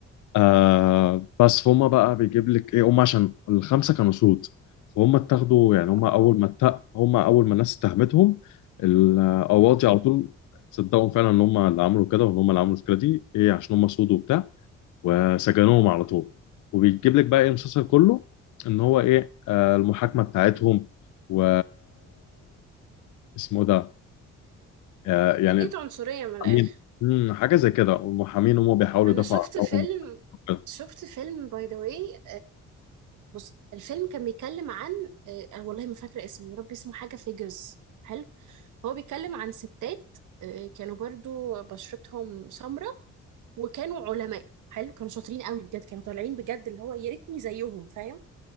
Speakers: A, on the left; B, on the right.
A: آه بس فهم بقى بيجيب لك ايه هم عشان الخمسه كانوا سود فهم اتاخدوا يعني هم
B: اه
A: اول ما اتق هم اول ما الناس اتهمتهم القواضي
B: مم.
A: على طول صدقوا فعلا ان هم اللي عملوا كده وان هم اللي عملوا المشكله دي ايه عشان هم سود وبتاع وسجنوهم على طول وبيجيب لك بقى ايه المسلسل كله ان هو ايه آه، المحاكمه بتاعتهم و اسمه ده آه، يعني
B: خليت عنصرية من الآخر
A: محامين مم، حاجه زي كده والمحامين هم بيحاولوا
B: أنا
A: يدافعوا
B: شفت
A: عنهم
B: فيلم
A: وكده.
B: شفت فيلم باي ذا واي بص الفيلم كان بيتكلم عن آه آه، والله ما فاكرة اسمه يا ربي اسمه حاجة فيجرز حلو هو بيتكلم عن ستات آه كانوا برضو بشرتهم سمراء وكانوا علماء حلو كانوا شاطرين قوي بجد كانوا طالعين بجد اللي هو يا ريتني زيهم فاهم